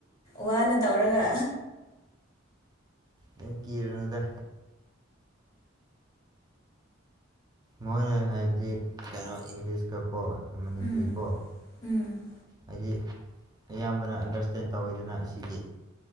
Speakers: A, on the left; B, on the right.
A: ꯋꯥꯅ ꯇꯧꯔꯒ
B: ꯑꯁ ꯀꯩꯝ ꯀꯤꯔꯨꯅꯨꯗ ꯃꯣꯏꯅ ꯍꯥꯏꯕꯗꯤ ꯀꯩꯅꯣ ꯏꯪꯂꯤꯁꯀꯀꯣ ꯃꯅꯤꯄꯨꯔꯤꯀꯣ
A: ꯎꯝ ꯎꯝ
B: ꯍꯥꯏꯗꯤ ꯑꯌꯥꯝꯕꯅ ꯑꯟꯗꯔꯁꯇꯦꯟ ꯇꯧꯋꯤꯗꯅ ꯑꯁꯤꯒꯤ